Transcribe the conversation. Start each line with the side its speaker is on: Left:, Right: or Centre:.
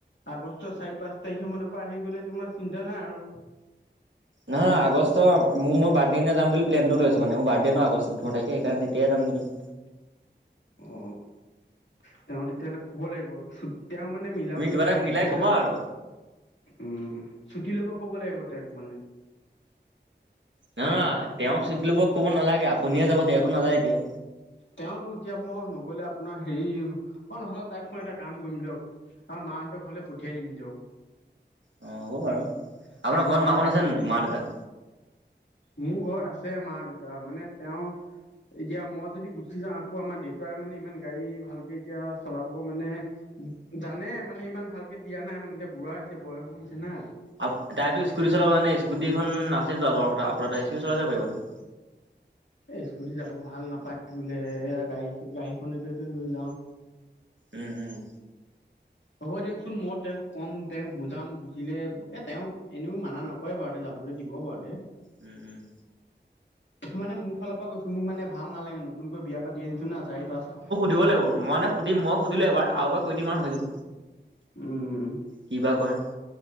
Left: আগষ্টৰ চাৰি পাঁচ তাৰিখৰ মানৰ পৰা আহি গ'লে তোমাৰ চিন্তা নাই আৰু
Right: নহয় আগষ্ট মই মোৰ বাৰ্থডেই দিনা যাম বুলি প্লেনটো লৈ আছোঁ মানে বাৰ্থডে আগষ্ট ওঠৰ তাৰিখে সেইকাণে তেতিয়াই যাম নিকি
Left: অ তেওঁ তেতিয়া হ'লে কব লাগিব তেওঁ মানে মিলাবলৈ
Right: তুমি কিবা
Left: মানে
Right: এটা
Left: দিগদাৰ
Right: মিলাই ক'বা আৰু
Left: উম ছুটি ল'ব ক'ব লাগিব তেওঁক মানে
Right: নহয় তেওঁক চুটি লব ক'ব নালাগে আপুনিহে যাব তেওঁতো নাযায় এতিয়া
Left: তেওঁতো এতিয়া মই নগলে আপোনাৰ হেৰি অ নহলে তাক মই এটা কাম কৰিম দিয়ক অঁ মাহঁতক ঘৰলে পঠিয়াই দিম দিয়ক
Right: অ হ'ব বাৰু আপোনাৰ ঘৰত
Left: তেওঁৰ
Right: মা
Left: ভাইত
Right: হত আছে নাই মা-দেউতা
Left: মোৰ ঘৰত আছে মা-দেউতা মানে তেওঁ এতিয়া মই যদি গুচি যাওঁ আকৌ আমাৰ দেউতাই মানে ইমান গাড়ী ভালকে এতিয়া চলাব মানে জানে মানে ইমান ভালকে দিয়া নাই মানে এতিয়া বুঢ়া হৈছে বয়সো হৈছে না
Right: আপ--তাই ত স্কুটি চলাব জানে স্কুটীখন আছিলটো আপনাৰ তাই স্কুটি চলাই যাব পাৰিব তো
Left: এ স্কুটি যাব ভাল নাপায় বোলে গাড়ী গাড়ীখনকেতে লৈ যাওঁ
Right: উম উম
Left: হ'ব দিয়কচোন মই তেওঁক কম তেওঁক বুজাম বুজিলে এ তেওঁক এনেও মানা ন হয় বাউ তাই যাবলৈ দিব বাৱতে
Right: উম উম
Left: মানে মোৰ ফালৰ পৰা কৈছোঁ মোক মানে ভাল নালাগে নতুনকৈ বিয়া পাতি আনিছো না চাৰি পাঁচ
Right: দিব লাগিব মই মানে সুদিম মই সুধিলো এবাৰ আৰু এবাৰ কৈ দিম হৈ যাব
Left: উম
Right: কি বা কয়